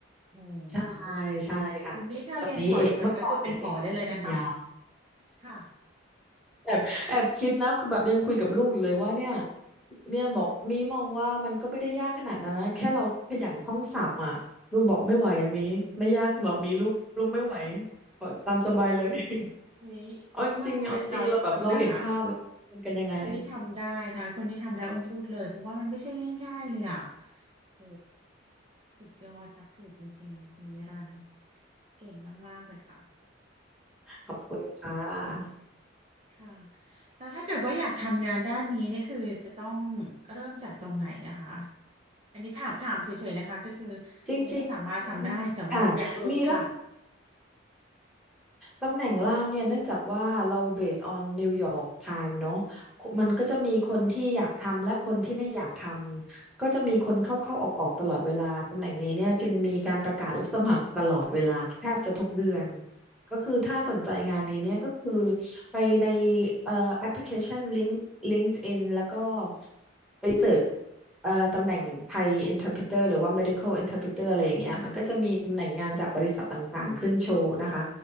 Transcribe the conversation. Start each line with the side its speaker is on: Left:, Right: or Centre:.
Right: โอ้โห
Centre: ใช่ใช่ค่ะตอนนี้เอะเมื่อก่อนเนี่ยเอะอะก็กินยา
Right: วันนี้ถ้าเรียนต่ออีกหน่อยก็คือเป็นหมอได้เลยนะคะค่ะ
Centre: แอบแอบคิดนะคือแบบยังคุยกับลูกอยู่เลยว่าเนี่ยเนี่ยบอกมีมองว่ามันก็ไม่ได้ยากขนาดนั้นนะแค่เราขยันท่องศัพท์อ่ะลูกบอกไม่ไหวอ่ะมีไม่ยากสำหรับมีลูกลูกไม่ไหวก็ตามสบายเลย <laughs>
Right: อุ๊ยอ้นว่าน้อยน้อยคนนะคะ
Centre: เอาจริงๆเอาจริงๆเราแบบเราเห็นภาพแล้วมันกันยังไง
Right: น้อยคนที่ทำได้น้อยคนที่ทำได้อ้นพูดเลยเพราะว่ามันไม่ใช่ง่ายๆเลยอ่ะโหสุดยอดนับถือจริงๆคุณวิรันเก่งมากๆเลยค่ะ
Centre: ขอบคุณค่ะ
Right: ค่ะแล้วถ้าเกิดว่าอยากทำงานด้านนี้เนี่ยคือจะต้องเริ่มจากตรงไหนอะคะอันนี้ถามถามเฉยๆนะคะก็คือคงไม่สามารถทำได้แต่ว่าอยากรู้ค่ะ
Centre: จริงๆค่ะมีรับ ตำแหน่งล่ามเนี่ยเนื่องจากว่าเรา based on New York Time เนอะ
Right: ค่ะ
Centre: มันก็จะมีคนที่อยากทำและคนที่ไม่อยากทำก็จะมีคนเข้าเข้าออกออกๆตลอดเวลาตำแหน่งนี้เนี่ยจึงมีการประกาศรับสมัครตลอดเวลาแทบจะทุกเดือนก็คือถ้าสนใจงานนี้เนี่ยก็คือ
Right: อ๋อค่ะ
Centre: ไปในเอ่อแอปพลิเคชัน Link l i n k ์อ i n แล้วก็ไปเสิร์ช
Right: ค่ะ
Centre: เอ่อตำแหน่งไทย Interpreter หรือว่า Medical Interpreter อะไรอย่างเงี้ยมันก็จะมีตำแหน่งงานจากบริษัทต่างๆขึ้นโชว์นะคะ